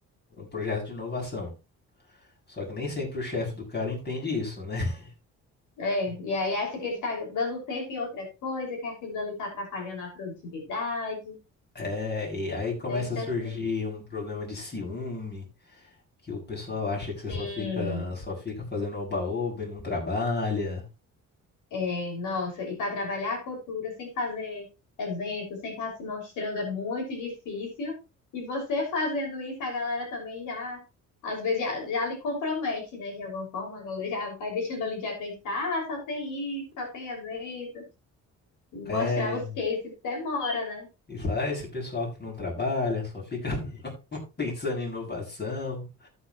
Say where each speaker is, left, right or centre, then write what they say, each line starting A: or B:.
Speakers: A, on the left (about 35°); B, on the left (about 80°).
A: um projeto de inovação. Só que nem sempre o chefe do cara entende isso, né? <laughs>
B: É, e aí acha que ele tá dando tempo em outra coisa, que aquilo ali tá atrapalhando a produtividade.
A: É, e aí começa
B: Sempre
A: a surgir
B: essa.
A: um problema de ciúme, que o pessoal acha que você
B: Hum,
A: só fica, só fica fazendo oba-oba e não trabalha.
B: É, nossa, e para trabalhar a cultura sem fazer evento, sem estar se mostrando é muito difícil. E você fazendo isso, a galera também já, às vezes, já, já lhe compromete, né? De alguma forma, a galera já vai deixando ali de acreditar, ah, só tem isso, só tem evento. mostrar
A: É,
B: os cases demora, né?
A: E fala, "Ah, esse pessoal que não trabalha, só fica <laughs> pensando em inovação.